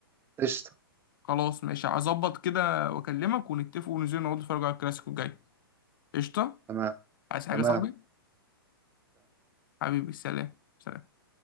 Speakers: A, on the right (about 15°); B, on the left (about 60°).
A: قشطه
B: خلاص ماشي هظبط كده واكلمك ونتفق وننزل نقعد نتفرج على الكلاسيكو الجاي قشطة
A: تمام
B: عايز حاجة
A: تمام
B: يا صاحبي حبيبي سلام سلام